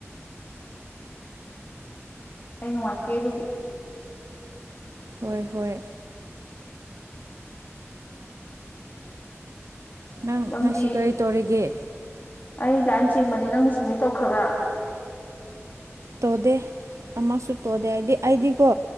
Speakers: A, on the left (about 40°); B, on the right (about 90°).
A: ꯀꯩꯅ ꯃꯥꯔ ꯀꯦ ꯑꯗꯨ
B: ꯍꯣꯏ ꯍꯣꯏ ꯅꯪ
A: ꯅꯪꯗꯤ
B: ꯉꯁꯤ ꯀꯔꯤ ꯇꯧꯔꯤꯒꯦ
A: ꯑꯩ ꯂꯥꯏꯟ ꯆꯤꯡꯕꯅꯤ ꯅꯪꯗꯤ ꯁꯞꯃꯤꯠ ꯇꯧꯈ꯭ꯔꯕ꯭ꯔꯥ
B: ꯇꯧꯗꯦ ꯑꯃꯁꯨ ꯇꯧꯗꯦ ꯍꯥꯏꯗꯤ ꯑꯩꯗꯤꯀꯣ